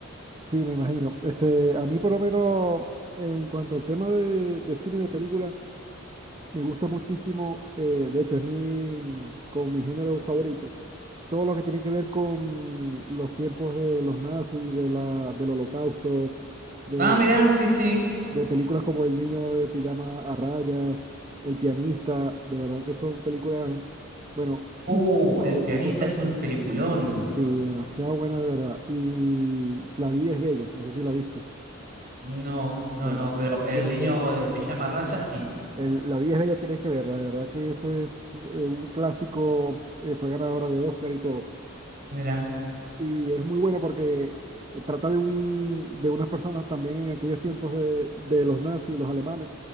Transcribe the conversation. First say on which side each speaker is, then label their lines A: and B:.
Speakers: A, on the right; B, on the right.
A: Sí, me imagino. Este, a mí por lo menos, en cuanto al tema de, de cine de película, me gusta muchísimo, eh, de hecho es mi, mm, como mi género favorito todo lo que tiene que ver con los tiempos de los nazis, de la, del holocausto, de,
B: Ah, mirá, sí, sí.
A: de películas como El niño de pijama a rayas, El pianista, de verdad que son películas, bueno,
B: Uh, El
A: que
B: pianista
A: me gustan,
B: es un peliculón.
A: sí, demasiado buenas de verdad. Y La vida es bella, no sé si la viste.
B: No, no,
A: Bueno,
B: no, pero
A: es-
B: El
A: tiene
B: niño
A: esa,
B: de pijama raya, sí.
A: el- La vida es bella tienes que verla, de verdad que eso es eh, un clásico, eh, fue ganadora de Oscar y todo.
B: Mirá,
A: Y es muy buena porque eh, trata de, un, de unas personas también en aquellos tiempos de, de los nazis, los alemanes,